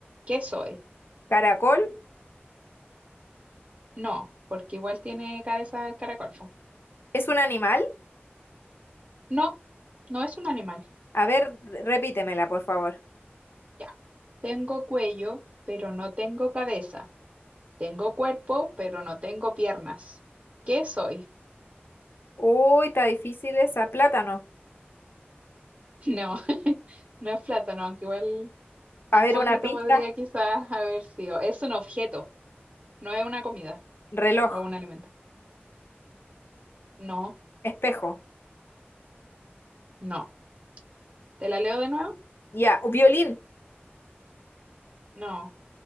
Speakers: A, on the right (about 35°); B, on the left (about 65°).
A: ¿Qué soy?
B: caracol,
A: No, porque igual tiene cabeza el caracol. po.
B: ¿es un animal?
A: No, no es un animal.
B: A ver, repítemela, por favor.
A: Ya. Tengo cuello, pero no tengo cabeza. Tengo cuerpo, pero no tengo piernas. ¿Qué soy? <laughs>
B: Uy, está difícil esa, plátano.
A: No, <laughs> no es plátano, aunque igual un
B: A ver,
A: poquito
B: una pista,
A: podría quizás haber sido. Es un objeto, no es una comida
B: reloj,
A: o un alimento. No.
B: espejo.
A: No. ¿Te la leo de nuevo?
B: Ya, violín.
A: No.